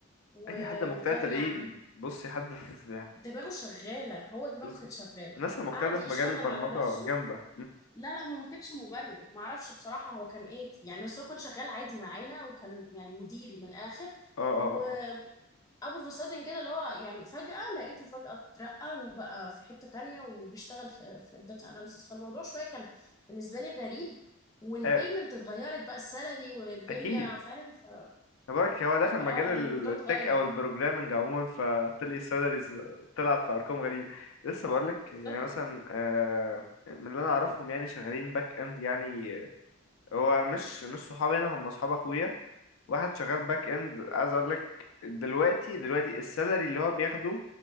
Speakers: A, on the left; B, on the left.
A: و-
B: اي حد مجتهد
A: وكان
B: تلاقيه
A: يعني
B: بصي حد في
A: دماغه شغاله هو دماغه
B: بص
A: كانت شغاله
B: الناس المجتهدة
A: قعد
B: في
A: يشتغل
B: مجال البرمجة
A: على نفسه
B: جامدة
A: لا لا هو ما كانش مبرمج ما اعرفش بصراحة هو كان ايه يعني بس هو كان شغال عادي معانا وكان يعني مديري من الاخر
B: اه اه
A: وابو
B: اه
A: فساد كده اللي هو يعني فجأة لقيته فجأة اترقى وبقى في حتة تانية وبيشتغل في في الداتا اناليسيس فالموضوع شوية كان بالنسبة لي غريب والبيمنت
B: آه، آه،
A: اتغيرت بقى السالري والدنيا
B: اكيد
A: فاهم ف...
B: تبارك هو دخل
A: فاه
B: مجال
A: يعني الموضوع
B: التك
A: اتغير
B: او البروجرامنج عموما فطلع سالاريز طلع في ارقام غريبه لسه بقول لك
A: بالظبط
B: يعني مثلا آه، من اللي انا اعرفهم يعني شغالين باك اند يعني آه، هو مش مش صحابي هنا هم اصحاب اخويا واحد شغال باك اند عايز اقول لك دلوقتي دلوقتي السالري اللي هو بياخده